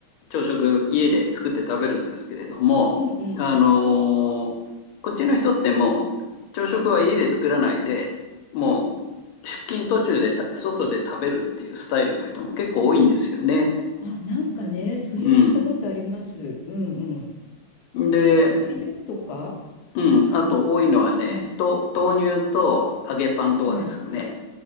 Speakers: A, on the left; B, on the left.
A: 朝食家で作って食べるんですけれども、
B: うんうん
A: あの、こっちの人ってもう、朝食は家で作らないで、もう出勤途中でた外で食べるっていうスタイルの人も結構多いんですよね。
B: あ、なんかね、それ聞いたことあります。
A: う
B: うんうん。
A: ん。で、
B: あの、おかゆとか、
A: うん、あと多いのはね、
B: なんか、はい、
A: と、豆乳と揚げパンとかですね。
B: はい。